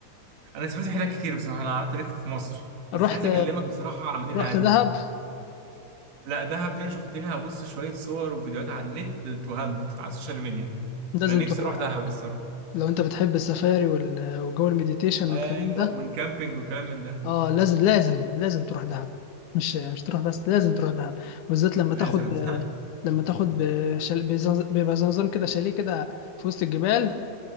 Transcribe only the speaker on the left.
رحت
رحت
دهب
لازم
تروح
على فكره
لو انت بتحب السفاري وال... وجو المديتيشن
والكلام ده
اه لازم لازم لازم تروح دهب مش مش تروح بس لازم تروح دهب بالذات لما
تاخد آه،
لما تاخد بشال... بزنز... بيبقى زي نظام كده شاليه كده في وسط الجبال